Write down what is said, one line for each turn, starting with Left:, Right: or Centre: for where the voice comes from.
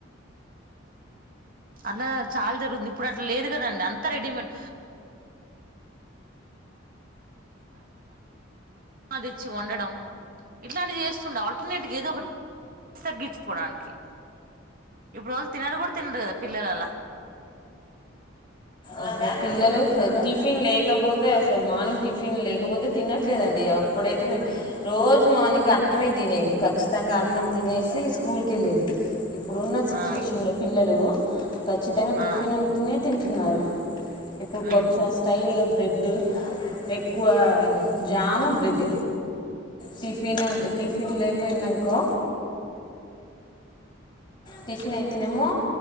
Right: అలా చాలా జరుగుంది ఇప్పుడు అట్లా లేదు కదండి అంతా రెడీమేడ్ ది ఇచ్చి వండడం ఇట్లాంటివి చేస్తుండే ఆల్టర్నేట్ ఏదో ఒకటి తగ్గించుకోవడానికి ఇప్పుడు వాళ్ళు తినరు కూడా తినరు కదా పిల్లలలా
Left: అసలు పిల్లలు టిఫిన్ లేకపోతే అసలు మార్నింగ్ టిఫిన్ లేక కాకపోతే తినట్లేదండి అప్పుడైతే రోజు మార్నింగ్ అన్నమే తినేది ఖచ్చితంగా అన్నం తినేసి స్కూల్కి వెళ్ళేది ఇప్పుడున్న సిచ్యువేషన్
Right: ఆ
Left: లో పిల్లలు ఖచ్చితంగా టిఫిన్
Right: ఆ
Left: ఉంటేనే తింట అన్నారు ఇప్పుడు కొంచెం
Right: ఉమ్
Left: స్టైల్గా బ్రెడ్ ఎక్కువ జాము బ్రెడ్ టిఫిన్ టిఫిన్ లేపోయిందనుకో టిఫిన్ అయితేనేమో